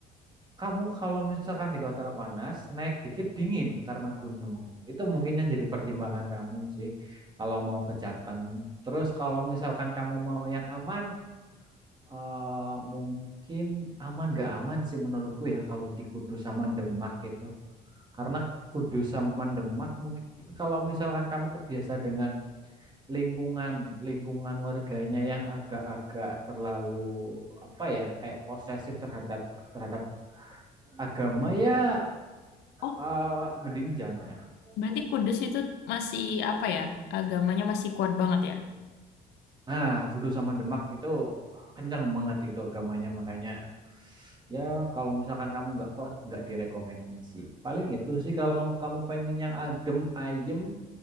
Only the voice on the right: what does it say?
kamu kalau misalkan di kota panas naik dikit dingin karena gunung itu mungkin yang jadi pertimbangan kamu sih kalau mau ke Jateng terus kalau misalkan kamu mau yang aman eh, mungkin aman gak aman sih menurutku ya kalau di Kudus sama Demak itu karena Kudus sama Demak mungkin kalau misalkan kamu kebiasa dengan lingkungan lingkungan warganya yang agak-agak terlalu apa ya kayak posesif terhadap terhadap agama ya
eh, mending jangan.
Nah, Kudus sama Demak itu kencang banget itu agamanya makanya ya kalau misalkan kamu nggak kuat nggak direkomendasi. Paling itu sih kalau kamu pengen yang adem ayem